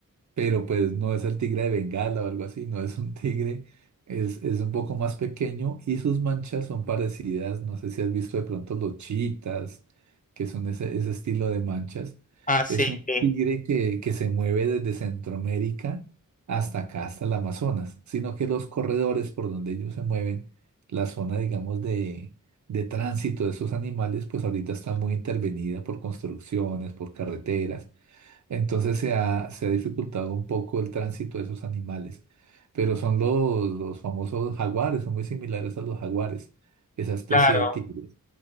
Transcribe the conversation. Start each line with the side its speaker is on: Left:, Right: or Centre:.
Right: pero pues no es el tigre de Bengala o algo así, no es un <laughs> tigre, es, es un poco más pequeño y sus manchas son parecidas, no sé si has visto de pronto los chitas, que son ese, ese estilo de manchas.
Left: Ah, sí,
Right: Es un
Left: sí,
Right: tigre que, que se mueve desde Centroamérica hasta acá, hasta el Amazonas, sino que los corredores por donde ellos se mueven, la zona, digamos, de, de tránsito de esos animales, pues ahorita está muy intervenida por construcciones, por carreteras. Entonces se ha, se ha dificultado un poco el tránsito de esos animales. Pero son los, los famosos jaguares, son muy similares a los jaguares, esa especie
Left: claro,
Right: de tigres.